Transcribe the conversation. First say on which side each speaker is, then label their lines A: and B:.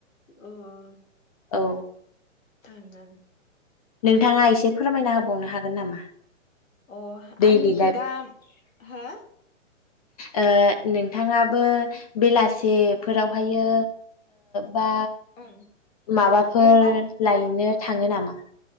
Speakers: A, on the left; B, on the left.
A: उ ओं
B: औ
A: ओं
B: नोंथाङा एसे फोरमायना होबावनो हागोन नामा?
A: अ
B: दैलि
A: आंनिखौ
B: लाइफ
A: दा हो
B: ओ नोंथाङाबो बेलासिफोरावहायो बा
A: ओं
B: माबाफोर
A: बहाबा
B: लायनो
A: ओं
B: थाङो नामा?